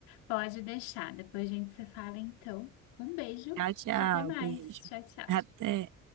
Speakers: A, on the left (about 65°); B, on the right (about 45°).
A: pode deixar. Depois a gente se fala, então. Um beijo
B: Tchau, tchau.
A: e até mais.
B: Beijo.
A: Tchau, tchau.
B: Até.